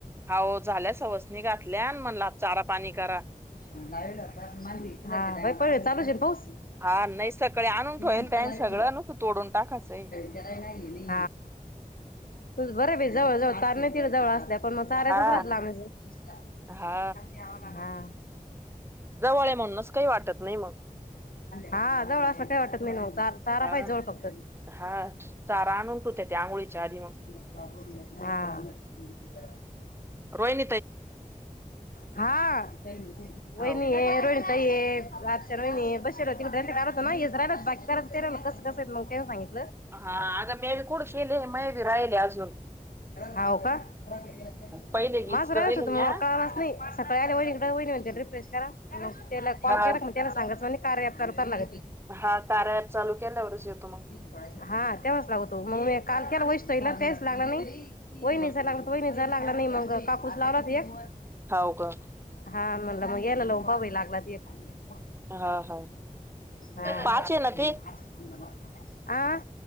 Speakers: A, on the right; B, on the left.
A: हाव झाल्या सवाशनी घातल्या आणि म्हणल आज चारा पाणी करा.
B: व्हय परत चालूच पाऊस,
A: हा नाही सकाळी आणून
B: ीुसत
A: ठेवेल त्यान
B: लाग
A: सगळं नुसतं तोडून टाकायचंय
B: त्याला नाही <inaudible>
A: हम्,
B: बर हाय बाई जवळ जवळ तारनीतील जवळ असल्या पण म तारायच
A: हा
B: राहला आमच. कशी
A: हा
B: आवरलना हां,
A: जवळ आहे म्हणूनच काही वाटत नाही मग
B: हा जवळ असं का? वाटत नाही नेहुन चाल! चारा
A: हा
B: पाहि जवळ फक्त!
A: हा चारा आणून त होते ते आंघोळीच्या आधी मग?
B: हा,
A: रोहीत,
B: हा वहिनी
A: हाव का
B: हाय रोहीत, त आच् रोहिणी बल होती होत ना हेच राहिलाच बाकीत चरायला कसं कसं मग काय सांगित.
A: हा आग मी बी कड केले मय बी राहिले आज.
B: हो का माझ
A: पहिले वीस
B: रायच
A: करेल
B: तुम्ही
A: म्या
B: मला काळणारच नाही, सकाळी आल्या वईन इकडे व रिप्रेश करा मग त्याला कॉल
A: हा
B: केला मग त्याला सांगाचं आणि कार्या अप चालू करायचं.
A: हा कार्या अप चालू केल्यावरच येतो मग,
B: हा तेव्हाच लागवतो मग म काल वेशू ताईला ना तेच लागणार नाही वाहिनीचा
A: ह
B: नाही लागतो. वहिनीचा लागला नाही मग काकूस लावलात एक,
A: हाव का
B: हा म्हनल मग याला लावून पाववी लागलात एक. म
A: हा हा
B: हां
A: पाच
B: म
A: आहे ना ते
B: यासाठी, आं